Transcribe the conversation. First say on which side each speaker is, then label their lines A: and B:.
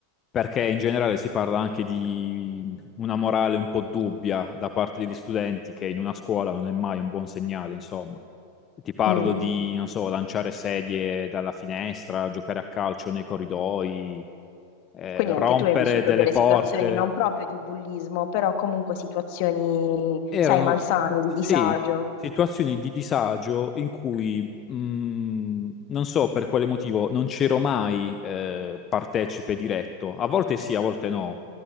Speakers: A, on the left (about 25°); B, on the left (about 45°).
A: perché in generale si parla anche di una morale un po' dubbia da parte degli studenti, che in una scuola non è mai un buon segnale, insomma. Ti parlo
B: Mm.
A: di, non so, lanciare sedie dalla finestra, giocare a calcio nei corridoi, eh,
B: Quindi anche
A: rompere
B: tu hai vissuto
A: delle
B: delle
A: porte.
B: situazioni non proprio di bullismo, però comunque situazioni,
A: Erano,
B: sai, malsane, di
A: sì,
B: disagio,
A: situazioni di disagio in cui, mh, non so per quale motivo, non c'ero mai eh, partecipe diretto. A volte sì, a volte no.